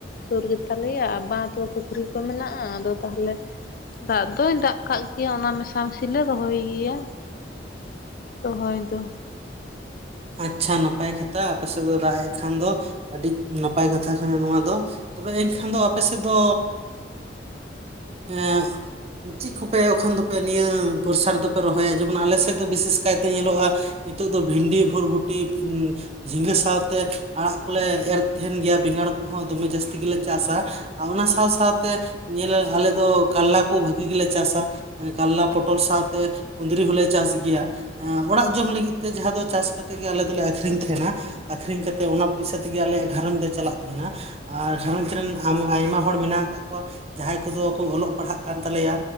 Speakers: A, on the left; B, on the right.
A: ᱥᱩᱨ ᱜᱮᱛᱟᱞᱮᱭᱟ ᱵᱟᱸᱫᱽ <inaudible> ᱯᱩᱠᱷᱨᱤ ᱠᱚ ᱢᱮᱱᱟᱜ-ᱟ ᱟᱫᱚ ᱛᱟᱦᱚᱞᱮ ᱫᱟᱜ ᱫᱚᱭ ᱫᱟᱜ ᱠᱟᱜ ᱜᱮᱭᱟ ᱚᱱᱟ ᱢᱮᱥ ᱢᱮᱤᱥᱤᱞ ᱞᱮ ᱨᱚᱦᱚᱭ ᱜᱮᱭᱟ᱾ ᱨᱚᱦᱚᱭ ᱫᱚ᱾
B: ᱟᱪᱪᱷᱟ ᱱᱟᱯᱟᱭ ᱠᱟᱛᱷᱟ ᱟᱯᱮ ᱥᱮᱫ ᱫᱚ ᱫᱟᱜ ᱮᱡ ᱠᱷᱟᱱ ᱫᱚ ᱟᱹᱰᱤ ᱱᱟᱯᱟᱭ ᱠᱟᱛᱷᱟ ᱠᱟᱱᱟ ᱱᱚᱣᱟ ᱫᱚ᱾ ᱛᱚᱵᱮ ᱮᱱᱠᱷᱟᱱ ᱫᱚ ᱟᱯᱮ ᱥᱮᱫ ᱫᱚ ᱮ᱾ ᱪᱮᱫ ᱠᱚᱯᱮ ᱮᱠᱷᱚᱱ ᱫᱚᱯᱮ ᱱᱤᱭᱟᱹ ᱵᱚᱨᱥᱟ ᱨᱮᱫᱚ ᱯᱮ ᱨᱚᱦᱚᱭᱟ ᱡᱮᱢᱚᱱ ᱟᱞᱮᱥᱮᱫ ᱫᱚ ᱵᱤᱥᱮᱥ ᱠᱟᱭᱛᱮ ᱧᱮᱞᱚᱜ-ᱟ᱾ ᱱᱤᱛᱳᱜ ᱫᱚ ᱵᱷᱤᱱᱰᱤ, ᱵᱷᱩᱨᱵᱩᱴᱤ, <inaudible> ᱡᱷᱤᱸᱜᱟᱹ ᱥᱟᱶᱛᱮ ᱟᱲᱟᱜ ᱠᱚᱞᱮ ᱮᱨ ᱛᱟᱦᱮᱱ ᱜᱮᱭᱟ ᱵᱮᱸᱜᱟᱲ ᱠᱚᱦᱚᱸ ᱫᱚᱢᱮ ᱡᱟᱹᱥᱛᱤ ᱜᱮᱞᱮ ᱪᱟᱥ-ᱟ᱾ ᱟᱨ ᱚᱱᱟ ᱥᱟᱶ ᱥᱟᱶᱛᱮ ᱧᱮᱞ ᱟᱞᱮ ᱫᱚ ᱠᱟᱞᱞᱟ ᱠᱚ ᱵᱷᱟᱹᱜᱤ ᱜᱮᱞᱮ ᱪᱟᱥᱟ᱾ ᱮᱸ ᱠᱟᱞᱞᱟ ᱯᱚᱴᱚᱞ ᱥᱟᱶᱛᱮ ᱠᱩᱸᱫᱽᱨᱤ ᱦᱚᱸᱞᱮ ᱪᱟᱥ ᱜᱮᱭᱟ ᱮᱸᱜ ᱚᱲᱟᱜ ᱡᱚᱢ ᱞᱟᱹᱜᱤᱫ ᱛᱮ ᱡᱟᱸᱦᱟᱸ ᱫᱚ ᱪᱟᱥ ᱠᱟᱛᱮᱜ ᱜᱮ ᱟᱞᱮ ᱫᱚᱞᱮ ᱟᱠᱷᱨᱤᱧ ᱛᱮᱦᱮᱸᱱᱟ ᱟᱠᱷᱨᱤᱧ ᱠᱟᱛᱮᱫ ᱚᱱᱟ ᱯᱚᱭᱥᱟ ᱛᱤᱜᱤ ᱟᱞᱮᱭᱟᱜ ᱜᱷᱟᱨᱚᱸᱡᱽ ᱫᱚ ᱪᱟᱞᱟᱜ ᱛᱮᱦᱮᱸᱱᱟ᱾ ᱟᱨ ᱜᱷᱟᱨᱚᱸᱡᱽ ᱨᱮᱱ ᱟᱢ ᱟᱭᱢᱟ ᱦᱚᱲ ᱢᱮᱱᱟᱜ ᱟᱠᱟᱜ ᱠᱚᱣᱟ᱾ ᱡᱟᱸᱦᱟᱸᱭ ᱠᱚᱫᱚ ᱠᱚ ᱚᱞᱚᱜ ᱯᱟᱲᱦᱟᱜ ᱠᱟᱱ ᱛᱟᱞᱮᱭᱟ